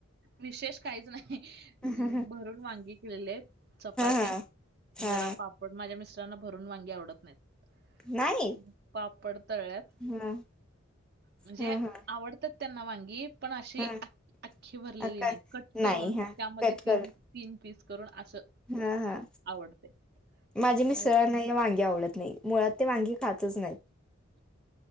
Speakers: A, on the right; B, in the centre.
A: विशेष काहीच नाही
B: हा
A: भरून वांगी केलेले आहेत चपाती
B: हा हा
A: जरा पापड माझ्या मिस्टरांना भरून वांगी आवडत नाहीत
B: नाही
A: पापड तळ्यात
B: हा
A: म्हणजे
B: हा हा
A: आवडत त्यांना वांगी पण अशी
B: हा
A: अखी भरलेली
B: काय
A: नाही कट करून
B: नाही हा
A: त्यामध्ये
B: कट
A: तीन
B: कर
A: तीन पीस करून असं
B: हा हा
A: आवडते.
B: माझे मिसरांना
A: मला-
B: वांगी आवडत नाही मुळात ते वांगी खातच नाहीत